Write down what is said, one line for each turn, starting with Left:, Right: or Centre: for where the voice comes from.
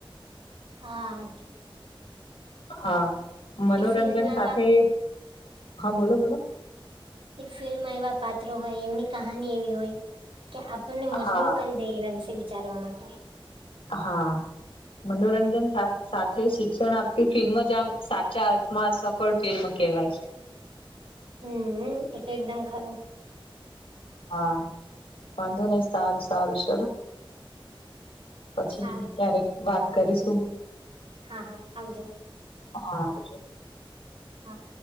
Right: હા
Left: હા મનોરંજન
Right: એ ફિલ્મમાં
Left: સાથે
Right: એવા
Left: હા બોલો બોલો
Right: એ ફિલ્મમાં એવા પાત્રો હોય એમની કહાની એવી હોય કે આપણને મજબૂર
Left: હા
Right: કરી દે એના વિશે વિચારવા માટે
Left: હા મનોરંજન સાથ સાથે શિક્ષણ આપતી ફિલ્મ જ આમ સાચા અર્થમાં સફ પણ ફિલ્મ કહેવાય છે.
Right: હમ્મ હમ્મ એ તો એકદમ ખરું
Left: હા વાંધો નહી સારું સારું ચલો પછી
Right: સારું
Left: ક્યારેક વાત કરીશું.
Right: હા હા આવજો.
Left: હા આવજો.
Right: હા.